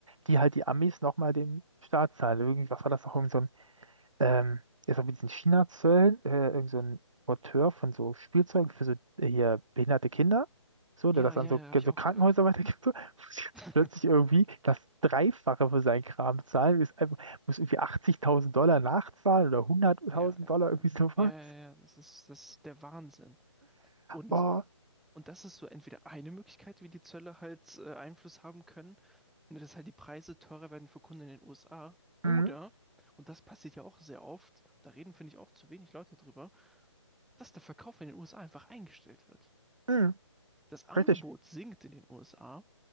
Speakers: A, on the right; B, in the centre.
A: die halt die Amis nochmal dem Staat zahlen. Irgendwie, was war das noch? Irgend so ein ähm, das war mit diesen China-Zöllen, äh, irgend so ein Porteur von so Spielzeugen für so äh, hier behinderte Kinder, so,
B: Ja,
A: der das
B: ja,
A: an so,
B: ja, habe ich
A: so
B: auch
A: Krankenhäuser
B: gehört.
A: <laughs> weitergibt, so, muss jetzt
B: <laughs>
A: plötzlich irgendwie das Dreifache für seinen Kram zahlen, ist einfach, muss irgendwie 80.000 Dollar nachzahlen oder 100.000
B: Ja, ja,
A: Dollar, irgendwie
B: ja.
A: sowas.
B: Ja, ja, ja, das ist, das ist der Wahnsinn. Und
A: Oh,
B: Und das ist so entweder eine Möglichkeit, wie die Zölle halt äh, Einfluss haben können, ne, dass halt die Preise teurer werden für Kunden in den USA. Oder,
A: mhm.
B: und das passiert ja auch sehr oft, da reden, finde ich, auch zu wenig Leute drüber, dass der Verkauf in den USA einfach eingestellt wird.
A: Mhm.
B: Das Angebot
A: Richtig.
B: sinkt in den USA,